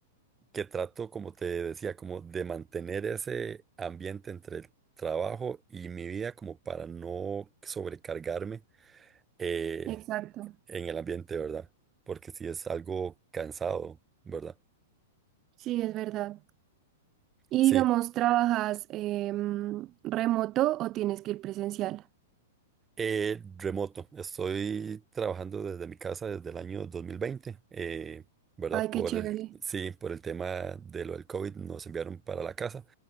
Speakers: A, on the right; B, on the right.
A: que trato, como te decía, como de mantener ese ambiente entre el trabajo y mi vida como para no sobrecargarme eh,
B: Exacto.
A: en el ambiente, ¿verdad? Porque sí es algo cansado, ¿verdad?
B: Sí, es verdad. Y
A: Sí,
B: digamos, ¿trabajas em, remoto o tienes que ir presencial?
A: Eh, remoto, estoy trabajando desde mi casa desde el año 2020, eh, ¿verdad?
B: Ay,
A: Por
B: qué chévere.
A: el, sí, por el tema de lo del COVID nos enviaron para la casa